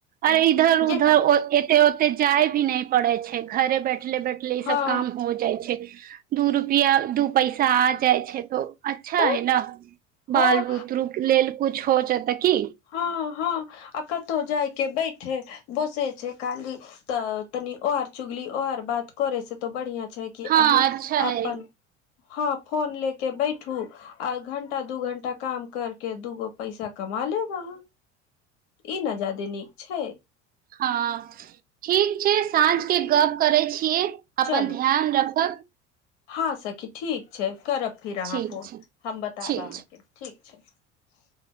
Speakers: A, on the left; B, on the right.
A: तऽ
B: और इधर उधर
A: जे
B: औ एते ओते जाय भी नै पड़ै छै घरे बैठ बैठले बैठले ई
A: हँ
B: सब काम हो जाइ छै। दू रुपआ दू पैसा आ जाइ छै तो अच्छा
A: तऽ
B: है ने। बाल
A: ह
B: बुतरु लेल कुछ हो जे की
A: हँ हँ आ कतौ जाय के बैठे बोसे छै खाली तऽ तनी ओर चुगली ओ आर बात करे से तो बढ़िया छै कि
B: हँ
A: अहाँ
B: अच्छा
A: अपन
B: है
A: हँ फोन लेके बैठू आ घंटा दू घंटा काम करके दूगो पैसा कमा लेब। वाह ई न जादे नीक छय।
B: हँ ठीक छै साँझ के गप करे छियै।
A: चलू
B: अपन ध्यान रखब।
A: हँ सखी ठीक छै। करब फिर अहाँ
B: ठीक
A: फोन
B: छै ठीक
A: हम बतायब
B: छै
A: अहाँके ठीक। अच्छा।